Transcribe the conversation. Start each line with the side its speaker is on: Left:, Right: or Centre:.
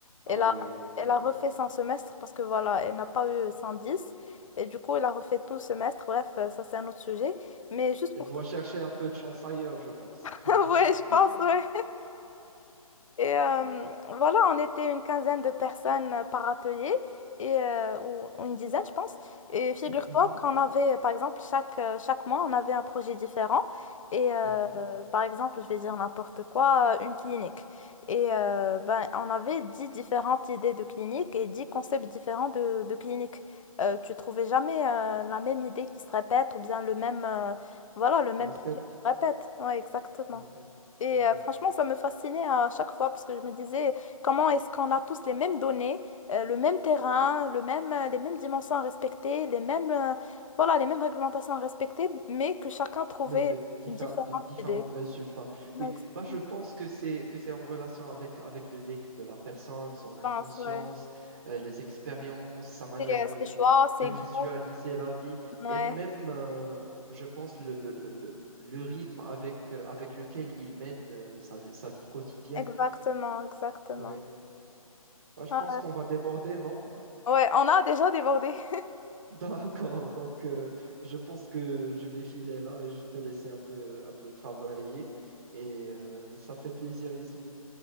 Left: elle
Right: Ah
Left: a,
Right: ouais.
Left: elle a refait son semestre parce que voilà, elle n'a pas eu 110. Et du coup, il a refait tout le semestre. Bref, euh, ça, c'est un autre sujet. Mais juste
Right: Elle
Left: pour
Right: doit
Left: toi.
Right: chercher un peu de chance ailleurs, je pense.
Left: <laughs>
Right: <laughs>
Left: Ouais, je pense, ouais. Et euh, voilà, on était une quinzaine de personnes euh, par atelier, et, euh, ou ou une dizaine, je pense. Et figure-toi
Right: Mhm,
Left: qu'on avait, par exemple, chaque, euh, chaque mois, on avait un projet différent. Et euh,
Right: mhm.
Left: par exemple, je vais dire n'importe quoi, euh, une clinique. Et euh, ben, on avait dix différentes idées de clinique et dix concepts différents de, de clinique. Euh, tu trouvais jamais euh, la même idée qui se répète ou bien le même, euh, voilà, le même
Right: Concept.
Left: projet qui se répète. Ouais, exactement.
Right: Mhm,
Left: Et
Right: mhm.
Left: euh, franchement, ça me fascinait à chaque fois parce que je me disais, comment est-ce qu'on a tous les mêmes données, euh, le même terrain, le même, euh, les mêmes dimensions à respecter, les mêmes, euh, voilà, les mêmes réglementations à respecter, mais que chacun trouvait
Right: mais de, diffé-
Left: une différente
Right: de différents
Left: idée.
Right: résultats.
Left: Ouais,
Right: Oui,
Left: exactement.
Right: bah, je pense que c'est que c'est en relation avec, avec le vécu de la personne, son
Left: Je
Right: inconscience,
Left: pense, ouais.
Right: euh, les expériences, sa manière
Left: C'est euh,
Right: de,
Left: ses choix,
Right: de,
Left: ses
Right: de visualiser
Left: goûts.
Right: la vie
Left: Ouais,
Right: et même, euh, je pense, le, le, le, le- le rythme avec, euh, avec lequel il mène euh, sa, vie- sa vie quotidienne.
Left: exactement, exactement.
Right: Oui, bah, je
Left: Ah,
Right: pense qu'on va déborder, non?
Left: Ouais, Ouais, on a déjà débordé. <laughs>
Right: D'accord, donc euh, je pense que je vais filer là et je te laisser un peu, un peu travailler. Et euh, ça fait plaisir, Yasmine.